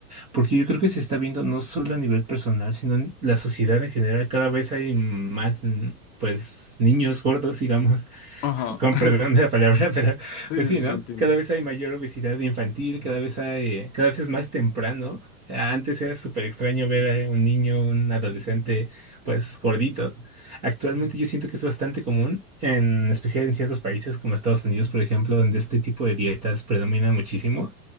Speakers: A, on the right; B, on the left.
A: porque yo creo que se está viendo no solo a nivel personal, sino en la sociedad en general. Cada vez hay más, mm, pues, niños gordos, digamos.
B: ajá.
A: Con
B: <laughs>
A: perdón de la palabra, <laughs> pero
B: Sí,
A: pues
B: sí,
A: sí,
B: sí,
A: ¿no?
B: se entiende.
A: Cada vez hay mayor obesidad infantil, cada vez hay, cada vez es más temprano. Antes era súper extraño ver a un niño, un adolescente, pues gordito. Actualmente yo siento que es bastante común, en especial en ciertos países como Estados Unidos, por ejemplo, donde este tipo de dietas predomina muchísimo.